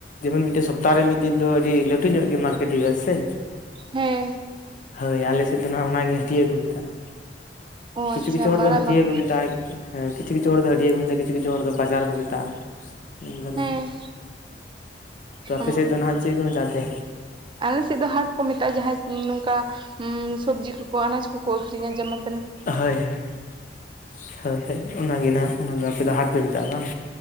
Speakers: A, on the left (about 45°); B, on the right (about 30°).
A: ᱡᱮᱢᱚᱱ ᱢᱤᱫᱴᱮᱱ ᱥᱚᱯᱛᱟ ᱨᱮ ᱢᱤᱜ ᱫᱤᱱ ᱫᱚ ᱟᱹᱰᱤ ᱞᱟᱹᱴᱩ ᱞᱟᱴᱩ ᱧᱚᱜ ᱜᱮ ᱢᱟᱨᱠᱮᱴ ᱦᱩᱭᱩᱜᱼᱟ ᱥᱮ᱾
B: ᱦᱮᱸ
A: ᱦᱳᱭ ᱟᱞᱮ ᱥᱮᱫ ᱫᱚ ᱱᱟᱜ ᱚᱱᱟᱜᱮ ᱦᱟᱹᱴᱭᱟᱹ ᱜᱮ ᱠᱚ ᱢᱮᱛᱟᱜᱼᱟ᱾
B: ᱚ
A: ᱠᱤᱪᱷᱩ
B: ᱟᱪᱪᱷᱟ
A: ᱠᱤᱪᱷᱩ ᱦᱚᱲ
B: ᱵᱟᱲᱟᱭ
A: ᱫᱚ ᱦᱟᱹᱴᱭᱟᱹ
B: ᱵᱟᱝ
A: ᱠᱚ ᱢᱮᱛᱟᱜᱼᱟ᱾ ᱦᱮᱸ ᱠᱤᱪᱷᱩ ᱠᱤᱪᱷᱩ ᱦᱚᱲ ᱫᱚ ᱦᱟᱹᱴᱤᱭᱟᱹ ᱠᱚ ᱢᱮᱛᱟᱜᱼᱟ᱾ ᱠᱤᱪᱷᱩ ᱠᱤᱪᱷᱩ ᱫᱚ ᱵᱟᱡᱟᱨ ᱠᱚ ᱢᱮᱛᱟᱜᱼᱟ᱾ ᱩᱱ ᱫᱚ ᱱᱟᱦᱟᱜ
B: ᱦᱮᱸ
A: ᱛᱚ ᱟᱯᱮ
B: ᱚ
A: ᱥᱮᱫ ᱫᱚ ᱱᱟᱦᱟᱜ ᱪᱮᱫ ᱠᱚ ᱢᱮᱛᱟᱜ ᱛᱮ?
B: ᱟᱞᱮ ᱥᱮᱫ ᱫᱚ ᱦᱟᱴ ᱠᱚ ᱢᱮᱛᱟᱜᱼᱟ᱾ ᱡᱟᱦᱟᱸᱭ ᱱᱚᱝᱠᱟ ᱥᱚᱵᱽᱡᱤ ᱠᱚ ᱟᱱᱟᱡ ᱠᱚᱠᱚ ᱟᱹᱠᱷᱨᱤᱧᱟ, ᱡᱮᱢᱚᱱ
A: ᱦᱳᱭᱻᱦᱳᱭᱻᱦᱳᱭᱻᱦᱳᱭᱻᱚᱱᱟᱜᱮ᱾ ᱱᱟᱦᱟᱜ ᱚᱱᱟ ᱫᱚ ᱟᱯᱮ ᱫᱚ ᱦᱟᱴ ᱯᱮ ᱢᱮᱛᱟᱜᱼᱟ ᱵᱟᱝ?